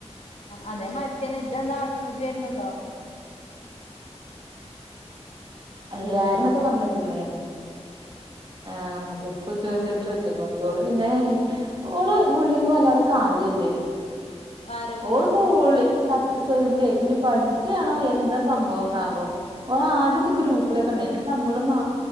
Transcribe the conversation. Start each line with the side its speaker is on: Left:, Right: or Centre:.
Left: അതെ മരിക്കനെ ഇ ഛ്എന്താ <unintelligible> ന്നുണ്ടോ
Right: എല്ലാരും എന്നൊക്കെ പറഞ്ഞ് ച്ക്ണ് ആഹ <unintelligible>
Left: ആഹ്
Right: ചോദിച്ചോകോടിം ഒള് പിന്നെ ഓള് വിളിയന്നും വല്ലാതെ കാണലല്ലേ
Left: ആര വിളി
Right: ഓളപ്പോ വിളി <unintelligible> സവറിന്റെ ഇനി പഠിച്ചാണോ എന്താ സംഭവംന്നാവോ ഓ ആദ്യം. ഗ്രൂപ്പിലൊക്കെണ്ട യിന് നമ്മള് മാ